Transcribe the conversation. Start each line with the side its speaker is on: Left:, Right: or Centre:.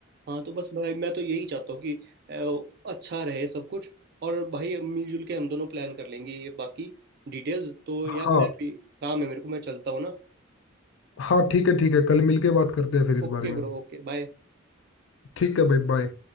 Right: हाँ तो बस भाई मैं तो यही चाहता हूँ कि अ, अच्छा रहे सब कुछ और भाई मिलजुल के हम दोनों प्लान कर लेंगे ये बाकी डिटेल्स तो
Left: हाँ
Right: यार मैं भी काम है मेरे को मैं चलता हूँ ना
Left: हाँ ठीक है ठीक है कल मिलके बात करते हैं फिर इस
Right: Okay
Left: बारे में
Right: bro okay bye
Left: ठीक है भाई बाय